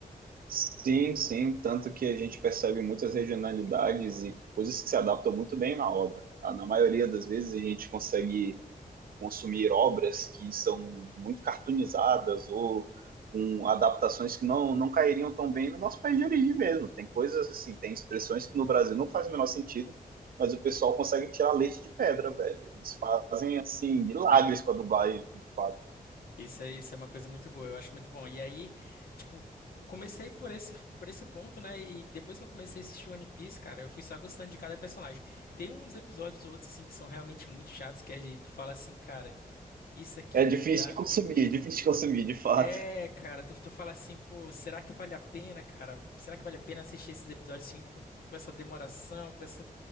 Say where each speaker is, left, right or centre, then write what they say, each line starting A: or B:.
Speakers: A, on the right; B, on the left.
A: Sim, sim, tanto que a gente percebe muitas regionalidades e coisas que se adaptam muito bem na obra. Ah, Na maioria das vezes a gente consegue consumir obras que são muito cartoonizadas ou com adaptações que não, não cairiam tão bem no nosso país de origem mesmo. Tem coisas assim, tem expressões que no Brasil não faz o menor sentido, mas o pessoal consegue tirar leite de pedra, velho. Eles fazem assim milagres com a dublagem, de fato.
B: Isso é, isso é uma coisa muito boa, eu acho muito bom. E aí, tipo, comecei por esse, por esse ponto, né? E depois que eu comecei a assistir One Piece, cara, eu fui só gostando de cada personagem. Tem uns episódios ou outros, assim, que são realmente muito chatos, que aí tu fala assim, cara, isso aqui
A: É difícil
B: dá.
A: de consumir, é difícil de consumir, de fato.
B: É, cara, tu, tu fala assim, pô, será que vale a pena, cara? Será que vale a pena assistir esses episódios assim, com, com essa demoração, com essa.